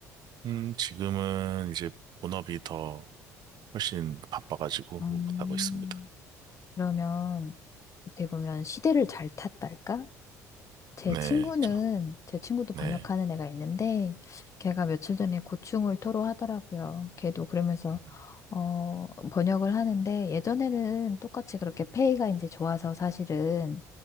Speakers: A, on the right; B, on the left.
A: 음, 지금은 이제 본업이 더 훨씬 바빠가지고
B: 음,
A: 못하고 있습니다.
B: 그러면 어떻게 보면 시대를 잘 탔달까? 제
A: 네,
B: 친구는,
A: 저,
B: 제 친구도
A: 네,
B: 번역하는 애가 있는데, 걔가 며칠 전에 고충을 토로하더라고요. 걔도 그러면서,
A: 음,
B: 어, 번역을 하는데, 예전에는 똑같이 그렇게 페이가 이제 좋아서 사실은,